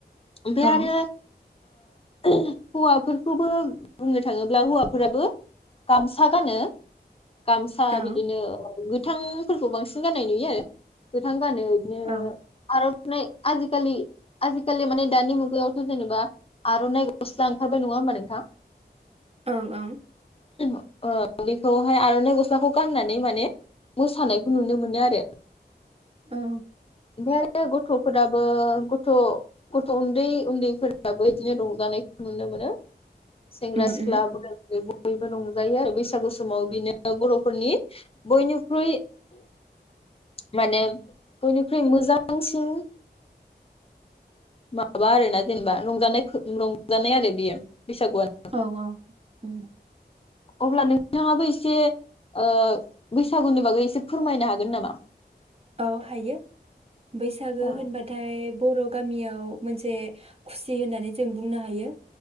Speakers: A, on the left; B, on the right.
A: ओमफ्राय
B: औ
A: आरो ओ हौवाफोरखौबो बुंनो थाङोब्ला हौवाफोराबो गामसा <unintelligible> गामसा
B: औ
A: बिदिनो गोथांफोरखौ बांसिन गनाय नुयो गोथां <unintelligible>
B: औ
A: नै आजिखालि आजिखालि माने दानि मुगायावथ' जेनेबा आर'नाइ गससा ओंखारबाय नङा होमबा नोंथां
B: ओं ओं
A: <inaudible> बेखौहाय आर'नाइ गस्लाखौ गाननानै माने मोसानायखौ नुनो मोनो आरो।
B: औ
A: ओमफ्राय आरो गथ'फोराबो गथ'-गथ' उन्दै-उन्दैफोराबो बिदिनो रंजानायखौ नुनो मोनो। सेग्रा
B: उम
A: सिख्ला
B: उम
A: बोराइ बुरै गथ' बयबो रंजायो आरो बैसागु समाव बिनो बर'फोरनि बयनिख्रुइ माने <unintelligible> मोजांसिन माबा आरोना जेनेबा रंजानाय-रंजानाय आरो बियो। बैसागुआनो
B: औ औ अम
A: अब्ला नोंथाङाबो एसे ओ बैसागुनि बागै एसे फोरमायनो हागोन नामा?
B: औ हायो बैसागो
A: औ
B: होनबाथाय बर' गामियाव मोनसे खुसि होननानै जों बुंनो हायो।